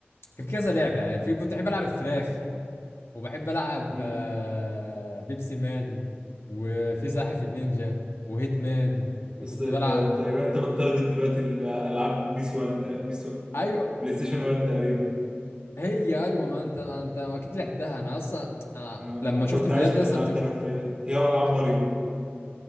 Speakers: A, on the left; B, on the right.
A: كان في كذا لعبه يعني في كنت بحب العب الفراخ وبحب العب
B: مم.
A: آه، بيبسي مان وفي ساحف النينجا وهيت مان وكنت
B: بس ت-
A: بلعب
B: تقريبا انت بتتارجت دلوقتي الالعاب بيس 1 آه، بيس 1
A: ايوه
B: بلاي ستيشن 1 تقريبا
A: هي ايوه ما انت انت اكيد لعبتها انا اصلا آه،
B: ما
A: لما شفت
B: كنت
A: فيديوهات
B: عايش في
A: دي
B: الالعاب
A: اصلا افتكرت
B: دي حرفيا هي العاب ماريو
A: ما